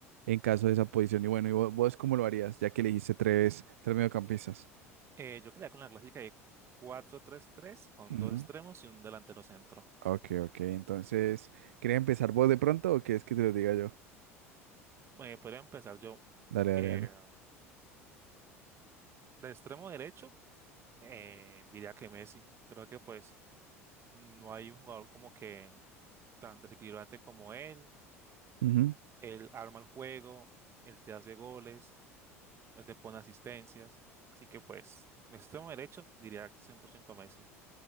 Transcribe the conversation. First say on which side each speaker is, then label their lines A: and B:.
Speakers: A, on the right; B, on the right.
A: en caso de esa posición. Y bueno, ¿y vos, vos cómo lo harías? Ya que elegiste tres, tres mediocampistas.
B: Eh, yo quedaría con la clásica de cuatro tres tres con
A: Ujú.
B: dos extremos y un delantero centro.
A: Ok, ok. Entonces, ¿querés empezar vos de pronto o quieres que te lo diga yo?
B: Eh, podría empezar yo
A: Dale, dale,
B: eh,
A: dale.
B: de extremo derecho, eh, diría que Messi. Creo que pues no hay un jugador como que tan desequilibrante como él.
A: Ujú.
B: Él arma el juego, él te hace goles. él te pone asistencias. Así que pues, mi extremo derecho diría 100% Messi.